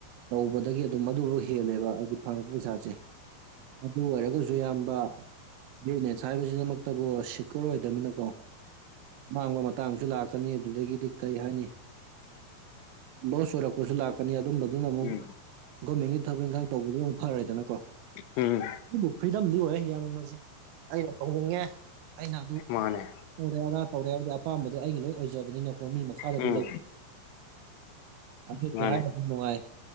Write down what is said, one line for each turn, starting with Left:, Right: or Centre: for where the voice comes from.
Right: ꯇꯧꯕꯗꯒꯤ ꯑꯗꯨꯝ ꯑꯗꯨꯐ ꯍꯦꯜꯂꯦꯕ ꯍꯥꯏꯗꯤ ꯐꯪꯉꯛꯄ ꯄꯩꯁꯥꯁꯦ ꯑꯗꯨ ꯑꯣꯏꯔꯒꯁꯨ ꯌꯥꯝꯌꯥꯝꯕ ꯕꯤꯖꯤꯅꯦꯁ ꯍꯥꯏꯕꯁꯤꯗꯃꯛꯇꯕꯨ ꯁꯦꯀ꯭ꯌꯣꯔ ꯑꯣꯏꯗꯃꯤꯅꯀꯣ ꯃꯥꯡꯕ ꯃꯇꯥꯡꯁꯨ ꯂꯥꯛꯀꯅꯤ ꯑꯗꯨꯗꯒꯤꯗꯤ ꯀꯔꯤ ꯍꯥꯏꯅꯤ ꯂꯣꯁ ꯑꯣꯏꯔꯛꯄꯁꯨ ꯂꯥꯛꯀꯅꯤ ꯑꯗꯨꯝꯕ ꯑꯗꯨꯅ ꯑꯃꯨꯛ
Left: ꯎꯝ
Right: ꯒꯣꯔꯃꯦꯟꯒꯤ ꯊꯕꯛ ꯏꯟꯈꯥꯡ ꯇꯧꯕꯗꯨ ꯑꯃꯨꯛ ꯐꯔꯦꯗꯅꯀꯣ
Left: ꯎ ꯎꯝ
Right: ꯑꯗꯨꯕꯨ ꯐ꯭ꯔꯤꯗꯝꯗꯤ ꯑꯣꯏ ꯌꯥꯝꯃ ꯑꯩꯅ ꯇꯧꯅꯤꯡꯉꯦ ꯑꯩꯅ ꯑꯗꯨ <unintelligible>
Left: ꯃꯥꯅꯦ
Right: ꯑꯣꯔꯦ ꯑꯅꯥ ꯇꯧꯔꯦ ꯍꯥꯏꯕꯗꯤ ꯑꯄꯥꯝꯕꯗꯣ ꯑꯩꯒꯤ ꯂꯣꯏ ꯑꯣꯏꯖꯕꯅꯤꯅꯀꯣ ꯃꯤ ꯃꯈꯥꯗꯗꯤ
Left: ꯎꯝ
Right: ꯂꯩ ꯑꯗꯨ
Left: ꯃꯥꯅꯦ
Right: ꯀ ꯍꯥꯏꯔ ꯑꯗꯨ ꯅꯨꯡꯉꯥꯏ